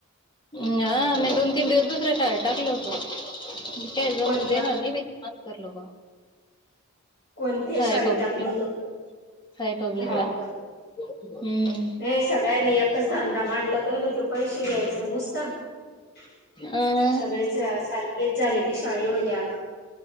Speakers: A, on the left; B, on the left.
A: हा मून <inaudible> तिंद दुसऱ्या शाळेत टाकलं होत का ज म्हणून
B: कोणत्या
A: देणार नाही <inaudible> म करलो
B: कोणत्या
A: का
B: शाळेत
A: पब
B: टाकलं होतं
A: <inaudible> <inaudible> सई पब्लिकला
B: हाव <inaudible>
A: हम्म.
B: हे सगळ्यांनी एकच धंदा मांडला ते ना ते पैसे द्यायचं नुसतं <inaudible>
A: अं.
B: सगळेच सारखेच झाले ते शाळे वले आता